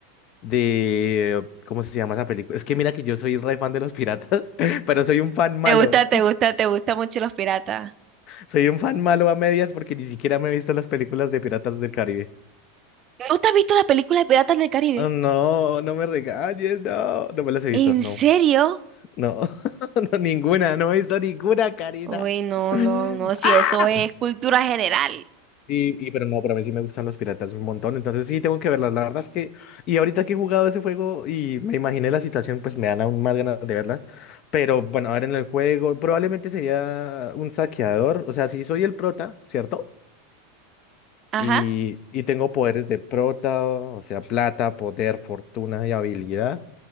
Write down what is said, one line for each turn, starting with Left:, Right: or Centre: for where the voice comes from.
Left: de, ¿cómo se llama esa película? Es que mira que yo soy re fan de los piratas, <laughs> pero soy un fan malo,
Right: ¿Te gusta,
Left: o
Right: te
Left: sea,
Right: gusta, te gusta mucho los piratas?
Left: soy un fan malo a medias porque ni siquiera me he visto las películas de Piratas del Caribe.
Right: ¿No te has visto la película de Piratas del Caribe?
Left: Oh, no, no me regañes, no, no me las he visto,
Right: ¿En
Left: no.
Right: serio?
Left: No, <laughs> no, ninguna, no he visto ninguna, Karina.
Right: Uy, no,
Left: <gasps>
Right: no, no,
Left: <laughs>
Right: si
Left: ¡Ah!
Right: eso es cultura general.
Left: Y, y- pero no, pero a mí sí me gustan los piratas un montón, entonces sí tengo que verlas. La verdad es que, y ahorita que he jugado ese juego y me imaginé la situación, pues me dan aún más ganas de verla. Pero bueno, ahora en el juego probablemente sería un saqueador, o sea, si soy el prota, ¿cierto?
Right: Ajá.
Left: Y, y tengo poderes de prota, o sea, plata, poder, fortuna y habilidad.